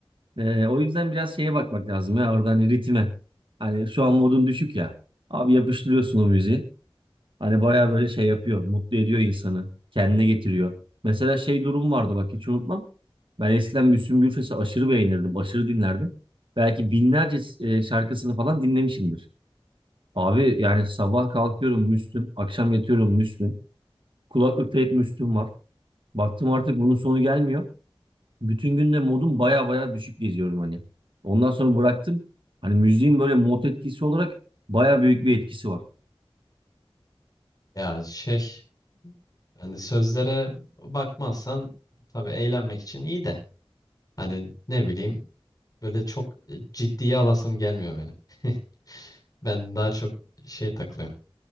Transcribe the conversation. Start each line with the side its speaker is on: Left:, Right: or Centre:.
Right: Ee, o yüzden biraz şeye bakmak lazım ya orada hani ritme. Hani şu an modun düşük ya. Abi yapıştırıyorsun o müziği. Hani baya böyle şey yapıyor. Mutlu ediyor insanı. Kendine getiriyor. Mesela şey durum vardı bak hiç unutmam. Ben eskiden Müslüm Gürses'i aşırı beğenirdim. Aşırı dinlerdim. Belki binlerce e, şarkısını falan dinlemişimdir. Abi yani sabah kalkıyorum Müslüm. Akşam yatıyorum Müslüm. Kulaklıkta hep Müslüm var. Baktım artık bunun sonu gelmiyor. Bütün günde modum baya baya düşük geziyorum hani. Ondan sonra bıraktım. Hani müziğin böyle mod etkisi olarak baya büyük bir etkisi var.
Left: Ya şey hani sözlere bakmazsan tabii eğlenmek için iyi de hani ne bileyim böyle çok e, ciddiye alasım gelmiyor benim. <laughs> Ben daha çok şey takılıyorum.